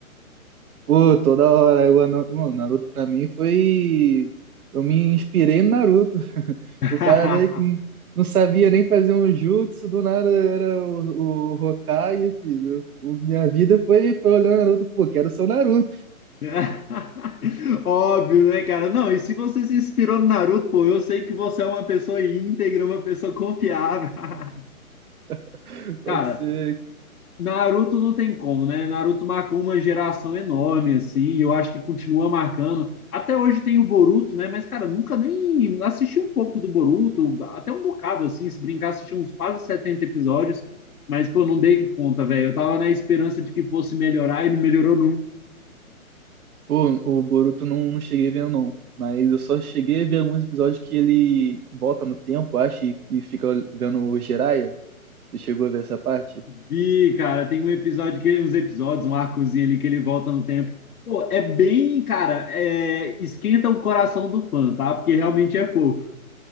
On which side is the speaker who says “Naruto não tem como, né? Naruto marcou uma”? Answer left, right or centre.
Left